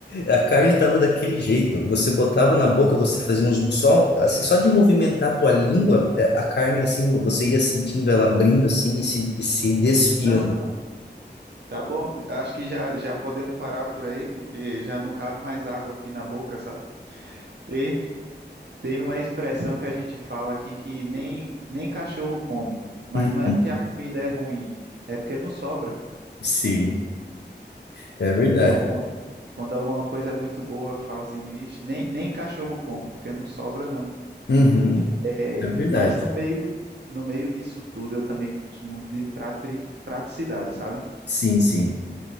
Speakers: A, on the left; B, on the right.
A: A carne estava daquele jeito. Você botava na boca, você fazia uns só assim, só de movimentar a tua língua, é, a carne assim, você ia sentindo ela abrindo assim e se, e se desfiando.
B: Não, não. Tá bom. Acho que já, já podemos parar por aí, porque já não cabe mais água aqui na boca, sabe? Tem, tem uma expressão que a gente fala aqui que nem, nem cachorro come, mas
A: Uhum,
B: não é porque a comida é ruim, é porque não sobra.
A: Sim, é verdade.
B: Então, quando, quando alguma coisa é muito boa, eu falo assim, vixe, nem, nem cachorro come, porque não sobra, não.
A: Uhum,
B: É,
A: é verdade.
B: mas no meio, no meio disso tudo, eu também gosto muito de pratri- praticidade, sabe?
A: Sim, sim.